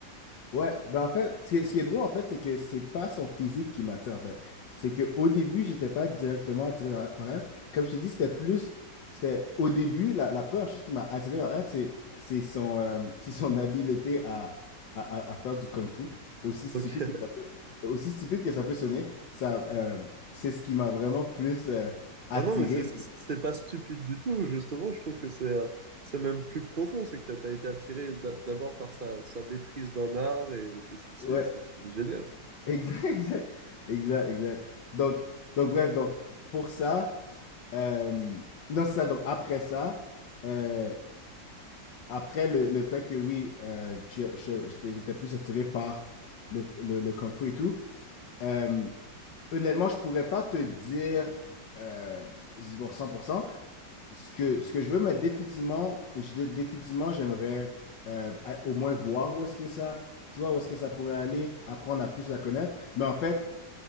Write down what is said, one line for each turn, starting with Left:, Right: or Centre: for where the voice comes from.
Left: Ouais, ben en fait, ce qui est, ce qui est drôle en fait, c'est que c'est pas son physique qui m'attire en fait. C'est que au début, j'étais pas directement attiré par par elle. Comme je t'ai dit, c'était plus, c'était au début, la, la première chose qui m'a attiré par elle, c'est c'est son euh, <laughs> c'est son habileté à, à, à- à faire du kung-fu, aussi stupide
Right: Ok.
Left: que ça peut aussi stupide que ça peut sonner, ça euh, c'est ce qui m'a vraiment plus euh, attiré.
Right: Ah non, mais c'est c'est- c'est pas stupide du tout. Justement, je trouve que c'est euh, c'est même plus profond. C'est que t'as t'as été attiré d'a- d'abord par sa, sa maîtrise d'un art et et c'est c'est-
Left: Ouais,
Right: c'est- c'est génial.
Left: <laughs> exact, exact, exact, exact. Donc donc bref, donc pour ça. Euh, non, c'est ça. Donc, après ça, euh, après le, le fait que oui, euh, je- je- j'étais j'étais plus attiré par le, le, le Kung Fu et tout, euh, honnêtement, je pourrais pas te dire euh, bon, 100% Ce que, ce que je veux, mais définitivement, je- définitivement j'aimerais euh, a- au moins voir où est-ce que ça, tu vois, où est-ce que ça pourrait aller, apprendre à plus la connaître. Mais en fait,